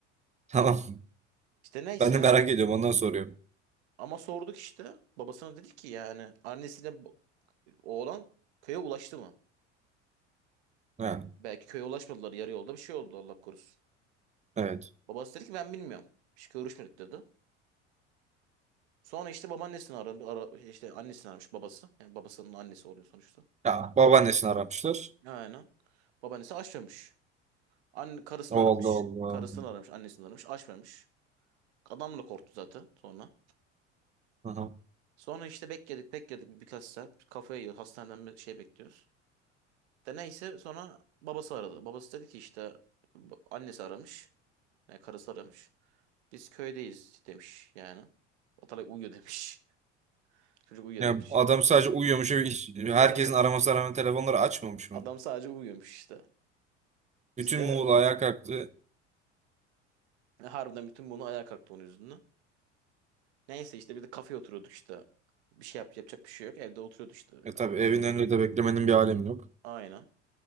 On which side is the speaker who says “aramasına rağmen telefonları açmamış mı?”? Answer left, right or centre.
Right